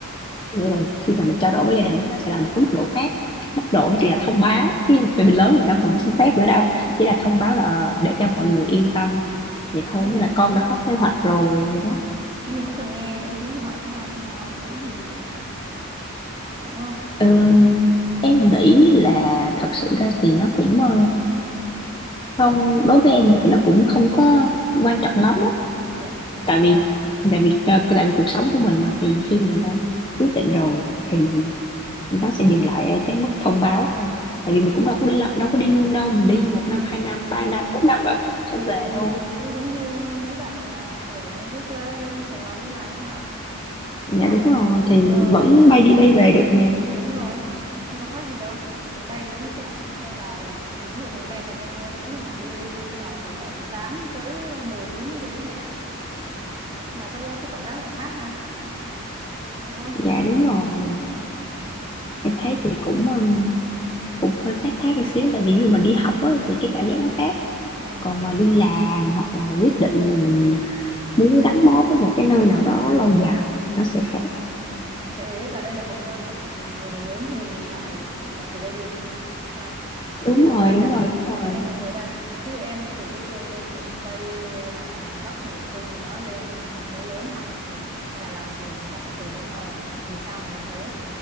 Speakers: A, on the left; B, on the right.
A: nghĩa là khi mà mình trao đổi với gia đình đó, nó sẽ là một cái mức độ khác mức
B: ừ,
A: độ thì chỉ là thông báo Ví
B: ừ
A: vì mình lớn rồi đâu cần phải xin phép nữa đâu
B: ừ
A: chỉ là thông báo là ờ, để cho mọi người yên tâm
B: ừ.
A: vậy thôi
B: Nhưng mình
A: như là con
B: cũng
A: đã có kế hoạch rồi vậy đó
B: ừ. nhưng mình cũng cần nghe ý kiến của họ chứ ha xem họ nghĩ gì về chuyện này đúng không
A: ừ, em nghĩ là thật sự ra thì nó cũng ờ, không đối với em thì nó cũng không có quan trọng lắm á
B: vậy hả
A: tại vì
B: Ờ,
A: tại vì ờ, tại vì cuộc sống của mình mà thì khi mà mình đã quyết định
B: ừ,
A: rồi thì nó sẽ dừng lại ở cái mức thông báo thôi tại vì mình cũng đâu có đi lo- đâu có đi luôn đâu mình đi một
B: ừ.
A: năm hai năm ba năm bốn năm rồi mình cũng sẽ
B: Thì
A: về thôi
B: thì cũng giống như mấy bạn à, ở dưới quê lên Sài Gòn đi làm thôi mà, đúng
A: dạ
B: không?
A: đúng rồi thì
B: Ừ
A: vẫn bay đi bay về được mà
B: đúng rồi nó cũng đâu khác gì đâu mình bay thì đúng như các bạn đi xe đò về ví dụ mình bay còn nhanh hơn có những bạn đi, đi, đi xe đò từ 7 8 tới ờ, mười tiếng mới về tới nhà mà sau đó cái cảm giác này khác ha <laughs> đúng không
A: dạ đúng rồi
B: ừ.
A: em thấy thì cũng um, cũng hơi khác khác một xíu tại vì dù mình đi học á, thì cái cảm giác nó khác
B: Ừ.
A: còn mà đi làm hoặc là quyết định là mình muốn gắn bó với một cái nơi nào đó
B: Ừ.
A: lâu dài thì nó sẽ khác
B: Ừ. tại vì biết cả đây là một nơi mà mọi người đều đến thì mình lại lại từ đây đi ha
A: đúng
B: cho nên
A: rồi đúng
B: cả
A: rồi
B: cho
A: đúng rồi
B: nên người ta ví dụ em từ dưới quê lên miền Tây hay là miền Bắc miền Trung gì đó lên thành phố lớn học thì hay là làm việc thì người ta sẽ hiểu lên ờ vì sao mà làm thế